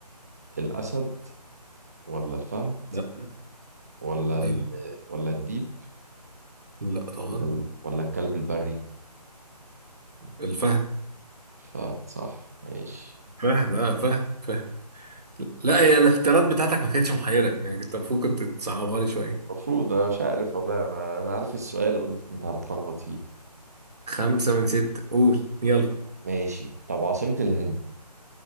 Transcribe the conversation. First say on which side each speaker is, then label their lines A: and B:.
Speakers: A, on the right; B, on the right.
A: الأسد ولا الفهد
B: لا
A: ولا ال...
B: ايوه
A: ولا الديب
B: لا طبعا
A: ولا ال- ولا الكلب البري
B: الفهد
A: الفهد صح ماشي
B: فهد اه فهد فهد لا هي الاختيارات بتاعتك ما كانتش محيرة يعني كنت المفروض كنت تصعبها لي شوية
A: المفروض انا مش عارف والله انا انا عارف السؤال قلت انت هتتلخبط فيه
B: خمسة من ستة قول يلا
A: ماشي طب عاصمة الهند